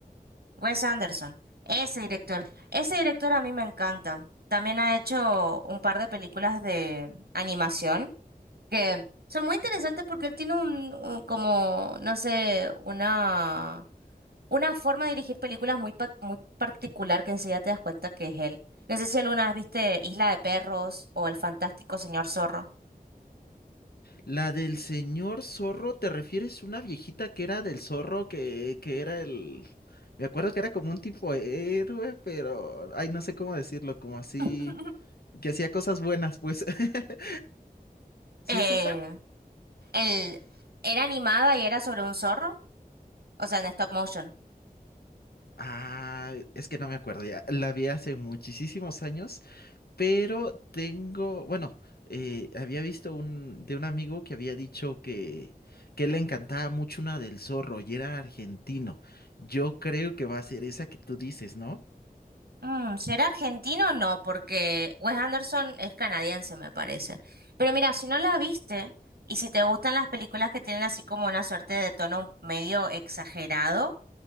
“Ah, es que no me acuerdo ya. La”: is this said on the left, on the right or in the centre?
Left